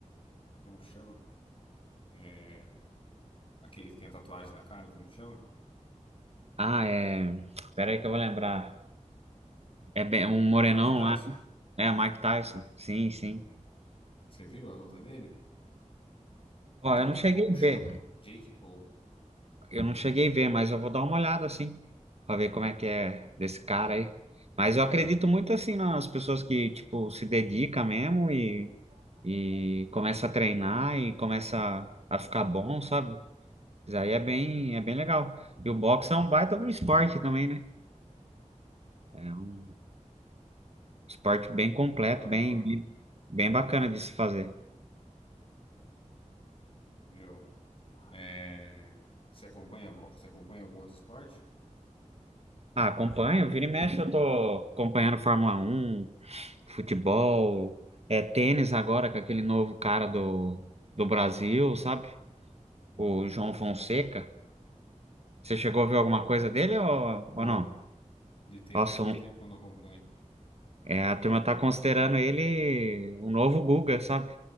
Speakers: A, on the left; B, on the right.
A: como que chama? É, aquele que tem a tatuagem na cara, como que chama?
B: Ah, é... Espera aí que eu vou lembrar. É bem- um morenão
A: Mike Tyson.
B: lá. É, Mike Tyson. Sim, sim.
A: Você viu a luta dele?
B: Ó,
A: Jake
B: eu não cheguei
A: Paul
B: a
A: chama.
B: ver.
A: Jake Paul.
B: Eu não cheguei a ver, mas eu vou dar uma olhada assim, pra ver como é que é desse cara aí. Mas eu acredito muito assim nas pessoas que, tipo, se dedica mesmo e, e começa a treinar e começa a ficar bom, sabe? Isso aí é bem, é bem legal. E o boxe é um baita de um esporte também, né? É um esporte bem completo,
A: Não,
B: bem,
A: da hora.
B: bem, bem bacana de se fazer.
A: Viu? É, você acompanha, você acompanha algum outro esporte?
B: Ah, acompanho, vira e mexe eu tô acompanhando Fórmula Um. futebol, é tênis agora com aquele novo cara do, do Brasil, sabe?
A: Uhum.
B: O João Fonseca. Você chegou a ver alguma coisa dele ou,
A: Não.
B: ou não?
A: De tênis
B: Nossa,
A: faz
B: um-
A: tempo que eu não acompanho.
B: é, a turma tá considerando ele o novo Guga, sabe?